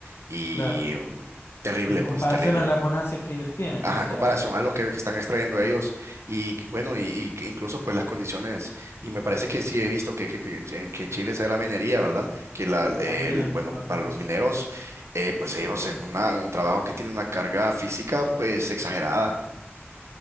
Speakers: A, on the right; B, on the left.
A: y
B: claro.
A: mm, terrible,
B: En comparación
A: pues terrible.
B: a las ganancias que ellos tienen,
A: Ajá,
B: o sea...
A: comparación a lo que, que están extrayendo ellos y bueno, y, y que incluso pues las condiciones, y me parece que sí he visto que, que, que- que- que en Chile se da la minería, ¿verdad? Que la, el-
B: También en
A: bueno,
B: el norte
A: para
B: mucho,
A: los mineros, eh, pues
B: en todo
A: ellos
B: el país.
A: en una, un trabajo que tiene una carga física pues exagerada,